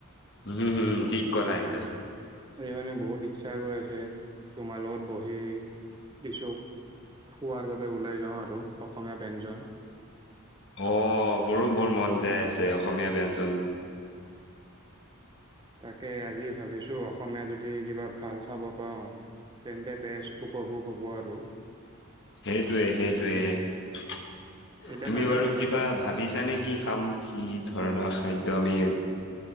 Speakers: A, on the left; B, on the right.
A: উম হুম ঠিক ক'লা এইটো
B: সেইটো কাৰণে বহুত ইচ্ছা গৈ আছে তোমাৰ লগত বহি কিছু খোৱাৰ বাবে ওলাই যাওঁ আৰু অসমীয়া ব্যঞ্জন
A: অ মোৰো বৰ মন যায় আছে অসমীয়া ব্যঞ্জন
B: তাকে আজি ভাবিছো অসমীয়া যদি কিবা ভাল খাব পাওঁ তেন্তে বেজ উপভোগ হ'ব আৰু
A: সেইটোৱে সেইটোৱে
B: এতিয়া
A: তুমি
B: তাকে
A: বাৰু
B: ভাবি
A: কিবা
B: আছোঁ
A: ভাবিছা নে কি খাম কি ধৰণৰ খাদ্য আমি